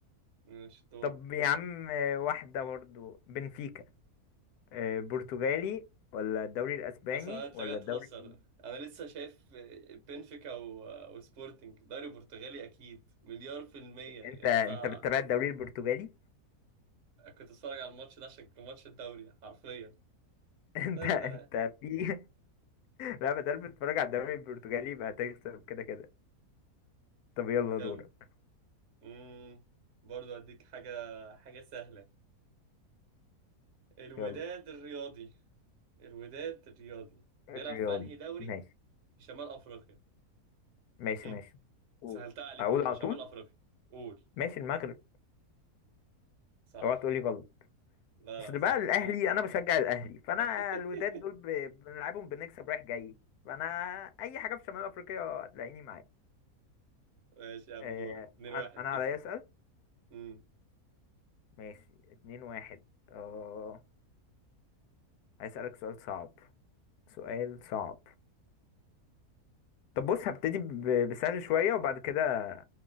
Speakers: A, on the right (about 55°); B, on the left (about 85°).
A: مش دورك
B: طب يا عم آه، واحدة برضو بنفيكا آه، برتغالي ولا الدوري الاسباني
A: مثلا انت
B: ولا
A: جاي تهزر
B: الدوري الانجليزي
A: انا لسه شايف بنفيكا و... وسبورتنج دوري برتغالي اكيد مليار في المية يا
B: انت انت
A: اسطى
B: بتتابع الدوري البرتغالي
A: كنت اتفرج على الماتش ده عشان كان ماتش الدوري حرفيا
B: <laughs> انت
A: استنى
B: انت
A: ده انا
B: في لا بدل بتتفرج على الدوري البرتغالي يبقى هتكسب كده كده طب يلا
A: كم
B: دورك
A: امم برضه هديك حاجة حاجة سهلة الوداد
B: يلا
A: الرياضي الوداد الرياضي بيلعب
B: الرياضي
A: في انهي دوري
B: ماشي
A: في شمال افريقيا
B: ماشي
A: <laughs>
B: ماشي مم.
A: سهلتها عليك
B: اقول
A: اهي
B: على
A: شمال
B: طول
A: افريقيا قول
B: ماشي المغرب
A: صح
B: اوعى تقولي غلط
A: لا
B: اصل
A: لا صح
B: بقى الاهلي
A: صح
B: انا بشجع الاهلي فانا
A: <laughs>
B: الوداد دول ب- بنلعبهم بنكسب رايح جاي فانا اي حاجه في شمال افريقيا هتلاقيني معاك
A: ماشي يا عم
B: آه،
A: دورك 2-1
B: انا انا
A: كده
B: عليا اسال
A: امم
B: ماشي اتنين واحد اه هسألك سؤال صعب سؤال صعب طب بص هبتدي ب- بسهل شويه وبعد كده